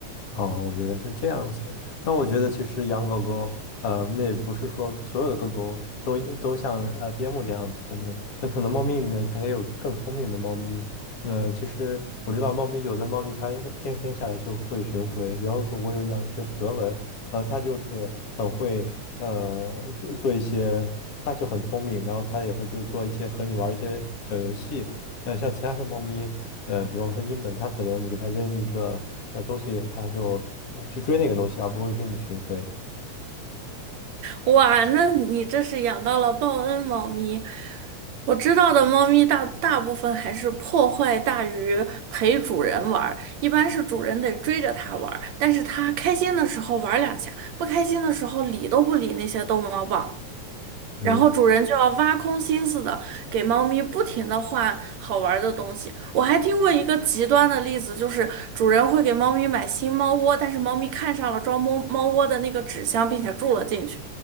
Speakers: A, on the left; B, on the right.
A: 哦，哦原来是这样子。那我觉得其实养狗狗，呃，那也不是说所有的狗狗都都像呃边牧这样子聪明。那可能猫咪里面它也有更聪明的猫咪。呃，其实我知道猫咪有的猫咪它天生下来就会巡回，比方说我有养一只德文，呃，它就是很会呃做做一些，它就很聪明，然后它也会就做一些和你玩一些小游戏。呃，像其他的猫咪，呃，比方说英短，它可能你给它扔一个呃东西，它就呃去追那个东西，而不会给你寻回。
B: 哇，那你这是养到了报恩猫咪。我知道的猫咪大大部分还是破坏大于陪主人玩儿，一般是主人得追着它玩儿，但是它开心的时候玩儿两下，不开心的时候理都不理那些逗猫棒。
A: 嗯。
B: 然后主人就要挖空心思的给猫咪不停的换好玩儿的东西。我还听过一个极端的例子，就是主人会给猫咪买新猫窝，但是猫咪看上了装猫猫窝的那个纸箱，并且住了进去。